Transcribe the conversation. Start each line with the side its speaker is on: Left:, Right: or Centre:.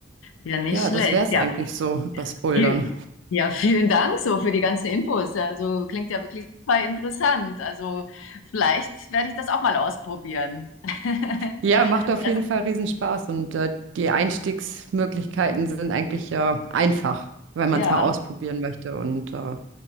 Left: Ja, nicht
Right: Ja,
Left: schlecht.
Right: das wäre es
Left: Ja.
Right: eigentlich so übers Bouldern.
Left: Viel, ja, vielen Dank so für die ganzen Infos. Also klingt ja wirklich super interessant. Also vielleicht werde ich das auch mal ausprobieren. <laughs>
Right: Ja, macht auf
Left: Das,
Right: jeden Fall riesen Spaß und äh, die Einstiegsmöglichkeiten sind eigentlich äh, einfach, wenn
Left: ja,
Right: man es mal ausprobieren möchte. Und äh,